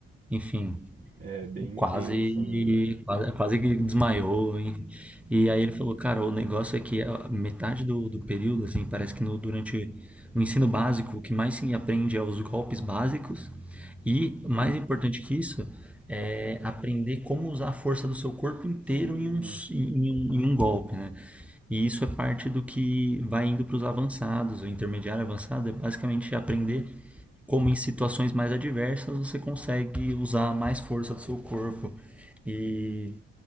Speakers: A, in the centre; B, on the right.
A: enfim,
B: É bem
A: Quase,
B: intenso, né?
A: quase, quase que desmaiou, hein? E aí ele falou, cara, o negócio é que a metade do, do período, assim, parece que no, durante o ensino básico, o que mais se aprende é os golpes básicos e, mais importante que isso, é aprender como usar a força do seu corpo inteiro
B: Sim,
A: em um, s- em um, em um golpe, né? E isso é parte do que vai indo para os avançados, o intermediário avançado é basicamente aprender como em situações mais adversas você consegue usar mais força do seu corpo. E,